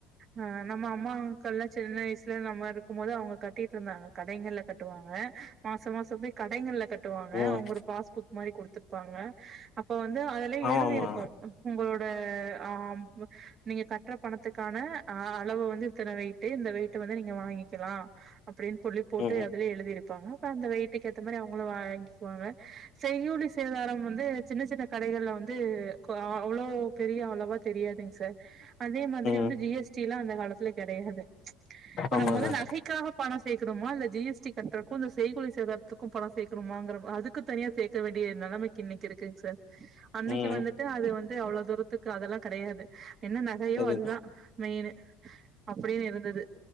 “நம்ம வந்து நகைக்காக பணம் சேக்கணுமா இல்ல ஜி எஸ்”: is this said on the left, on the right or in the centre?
Right